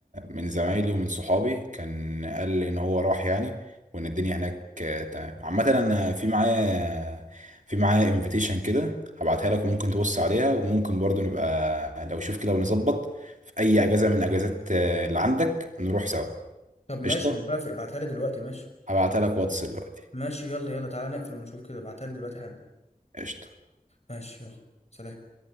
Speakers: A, on the right; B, on the left.
A: من زمايلي ومن صحابي كان قال لي إن هو راح يعني وإن الدنيا هناك تمام عامة أنا في معايا في معايا انفيتيشن كده هبعتها لك وممكن تبص عليها وممكن برضو نبقى لو شوف كده ونظبط في أي أجازة من الأجازات اللي عندك نروح سوا
B: طب ماشي
A: قشطة
B: موافق ابعتها لي دلوقتي ماشي
A: هبعتها لك واتس دلوقتي
B: ماشي يلا يلا تعالى نقفل ونشوف كده ابعتها لي دلوقتي حالا
A: قشطة
B: ماشي يلا سلام